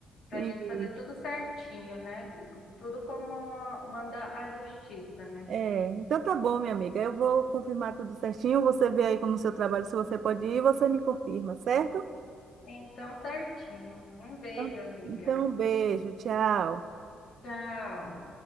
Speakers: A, on the left; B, on the right.
A: para
B: E,
A: a gente fazer tudo certinho, né? E cu- Tudo como manda a justiça, né?
B: é, então tá bom, minha amiga. Eu vou confirmar tudo certinho. Você vê aí como no seu trabalho se você pode ir, você me confirma, certo?
A: Então, certinho. Um beijo,
B: Então,
A: amiga.
B: então, um beijo, tchau.
A: Tchau.